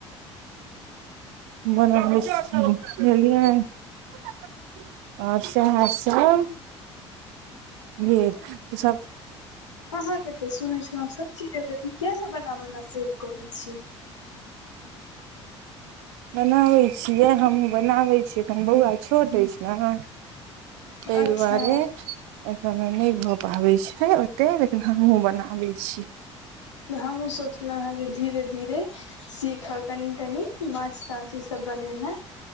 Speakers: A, on the right; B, on the left.
A: बन बझलिय <unintelligible> आओर सह सब भेल त सब
B: अहाँके त सुनै सब चीज किया नै बना बना शेब करै छी
A: बनाबै छियै हमहुँ बनाबै छियै एखन बौआ छोट अछि ने तेय
B: अच्छा
A: द्वारे एखन नहि भऽ पाबै छै ओते लेकिन हमहूँ बनाबै छी
B: हमु सोचलो हं जे धीरे धीरे सीखऽ कनि कनि माछ ताछ ई सब बनेनाइ